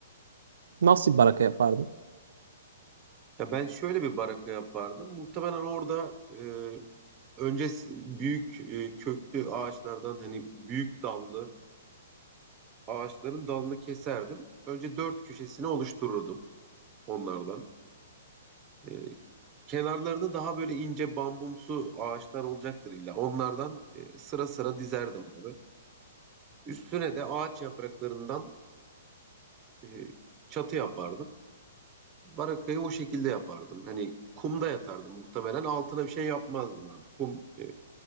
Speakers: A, on the right; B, on the right.
A: Nasıl bir baraka yapardın?
B: Ya ben şöyle bir baraka yapardım. Muhtemelen orada e, önce s- büyük e, köklü ağaçlardan hani büyük dallı ağaçların dalını keserdim. Önce dört köşesini oluştururdum. onlardan. E, kenarlarını daha böyle ince bambumsu ağaçlar olacaktır illa. Onlardan e, sıra sıra dizerdim abi. Üstüne de ağaç yapraklarından e, çatı yapardım. Barakayı o şekilde yapardım. Hani kumda yatardım muhtemelen. Altına bir şey yapmazdım abi. Kum e,